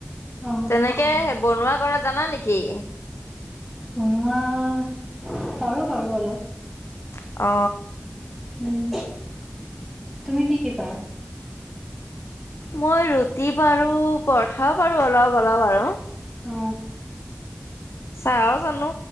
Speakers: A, in the centre; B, on the left (about 85°).
A: অ
B: তেনে কে বনোৱা কৰা জানা নেকি
A: বনোৱা পাৰো বাৰু অলপ
B: অ
A: উম তুমি কি কি পাৰা
B: মই ৰুটি পাৰো পৰঠাও পাৰো অলপ অলপ আৰু
A: অ
B: চাহও জানো